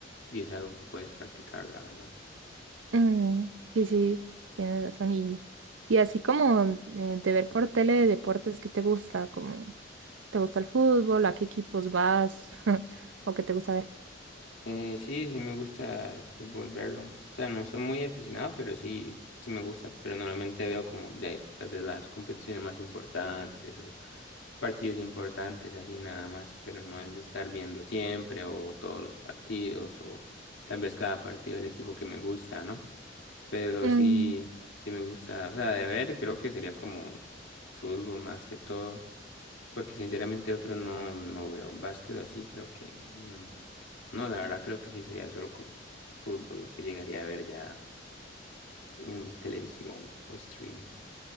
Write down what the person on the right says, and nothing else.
Mm, sí, sí, tienes razón. Y, y así como eh, de ver por tele de deportes que te gusta, como te gusta el fútbol, a qué equipos vas <laughs> o qué te gusta ver.
Mm,